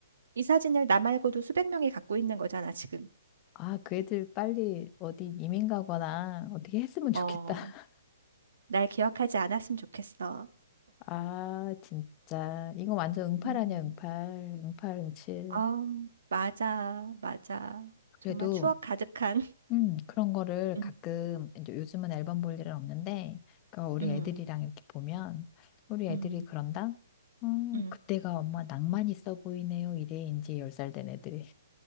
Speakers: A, on the right; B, on the left.
A: 이 사진을 나 말고도 수백 명이 갖고 있는 거잖아, 지금.
B: 아, 그 애들 빨리 어디 이민 가거나 어떻게 했으면 좋겠다.
A: 어,
B: <laughs>
A: 날 기억하지 않았으면 좋겠어.
B: 아, 진짜. 이거 완전 응팔
A: 음,
B: 아니야, 응팔. 응팔, 응칠.
A: 아, 맞아, 맞아.
B: 그래도
A: 정말 추억 가득한. <laughs>
B: 음, 그런 거를
A: 음,
B: 가끔, 이제 요즘은 앨범 볼 일은 없는데, 그 우리
A: 음,
B: 애들이랑 이렇게 보면, 우리 애들이
A: 음,
B: 그런다? 음,
A: 음.
B: 그때가 엄마 낭만 있어 보이네요. 이래, 이제 10살 된 애들이.